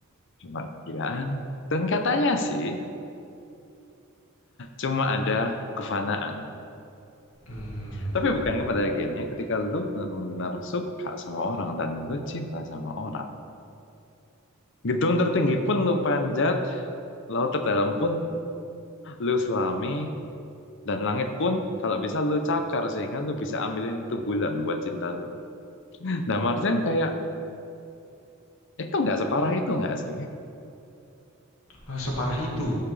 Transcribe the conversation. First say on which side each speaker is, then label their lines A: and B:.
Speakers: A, on the left; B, on the left.
A: cuma kegilaan, dan katanya sih cuma ada kefanaan.
B: Hmm,
A: Tapi bukan kepada bagiannya ketika lu benar-benar suka sama orang dan lu cinta sama orang. Gedung tertinggi pun lu panjat, laut terdalam pun lu selami, dan langit pun kalau bisa lu cakar sehingga lu bisa ambilin itu bulan buat cinta lu. Nah Martian kayak, itu nggak separah itu nggak sih?
B: wah, separah itu